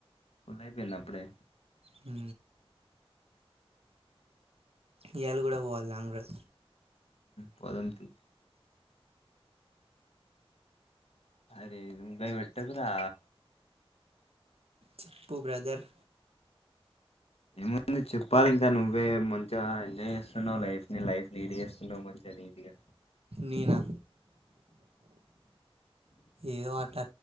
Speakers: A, on the left (about 75°); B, on the right (about 70°).
A: ఉలైపోన్ ద అప్పుడే
B: హు ఇయాళ కూడా వోవాలి లాంగ్ డ్రై
A: పోదాం తియ్ అదెంటాయి పెట్టకురా
B: చెప్పు బ్రదర్
A: ఏమ చెప్పాలి ఇంకా నువ్వే మంచిగా ఎంజాయ్ చేస్తున్నావు లైఫ్ ని లైఫ్ లీడ్ చేస్తున్నావు మంచిగా నీటిగా
B: నేనా ఏదో అట్లా